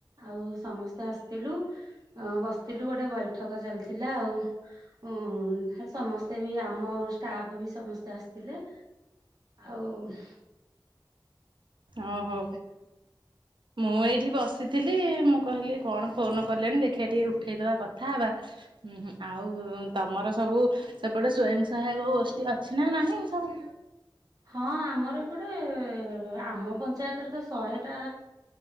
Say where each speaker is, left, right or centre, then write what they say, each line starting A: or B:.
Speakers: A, on the right (about 50°); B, on the right (about 70°).
A: ଆଉ ସମସ୍ତେ ଆସିଥିଲୁ। ହଁ ବସିଥିଲୁ ଗୋଟେ ବୈଠକ ଚାଲିଥିଲା ଆଉ। ଉଁ ହେ ସମସ୍ତେ ବି ଆମ ଷ୍ଟାଫ୍ ବି ସମସ୍ତେ ଆସିଥିଲେ। ଆଉ
B: ଓ ହୋ।
A: ହ।
B: ମୁଁ ଏଇଠି ବସିଥିଲି ମୁଁ କହିଲି କଣ ଫୋନ କଲେଣି ଦେଖିବା ଟିକେ ଉଠେଇଦବା କଥା ହେବା। ଉ ହୁଁଁ ଆଉ ତମର ସବୁ ସେପଟେ ସ୍ଵୟଂସହାୟକ ଗୋଷ୍ଠି ଆଚ୍ଛି ନା ନାହି ସବୁ।
A: ହଁ ଆମର ଏପଟେ ଆମ ପଞ୍ଚାୟତରେ ତ ଶହେଟା